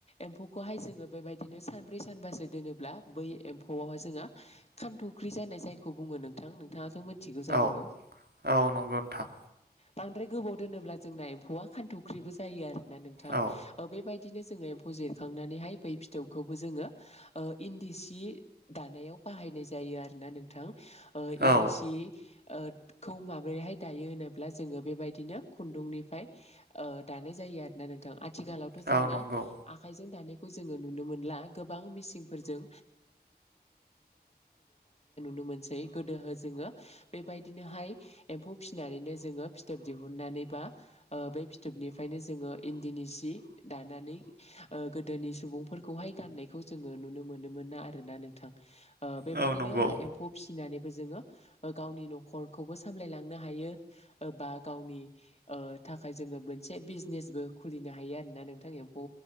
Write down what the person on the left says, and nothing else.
एम्फौखौहाय जोङो बेबायदिनो सानब्रै सानबासो दोनोब्ला बै एम्फौआवहाय जोंङो खान्थु' ख्रि जानाय जायखौ बुङो नोंथां नोंथाङाथ' मिथिगौ जानांगौ?
बांद्राय गोबाव दोनोब्ला जोंना एम्फौआ खानथुख्रिबो जायो आरो ना नोंथां
ओ बेबाय बिदिनो जोङो एम्फौ जिरखांनानैहाय बै फिथौखौबो जोङो ओ इन्दि सि दानायाव बाहायनाय जायो आरो ना नोंथां ओ
इन्दि सि ओ खौ माबोरैहाय दायो होनोब्ला जोङो बेबायदिनो खुन्दुंनिफ्राय ओ दानो नाय जायो आरोना नोंथां आथिखालाव थ' जोंना
आखायजों दानो खौ जोङो नुनो मोनला गोबां मिसिंफोरजों मोनैसै गोदो हो जोङो बेबायदिनोहाय एम्फौ फिसिनानैनो जोङो फिथोब दिहुननानै बा ओ बे फिथोबनिफ्रायनो जोङो इन्दिनि सि दानानै ओ गोदोनि सुबुंफोरखौहाय गाननायखौ जोङो नु नुनो मोनोमोना आरो ना नोंथां ओ बेबायदिनो
एम्फौ फिनानै बो जोंङो ओ गावनि न'खरखौबो सामलायलांनो हायो ओ बा गावनि ओ थाखाय जोङो मोनसे बिजेनेस बो खुलिनो हायो आरोना नोंथांनि एम्फौ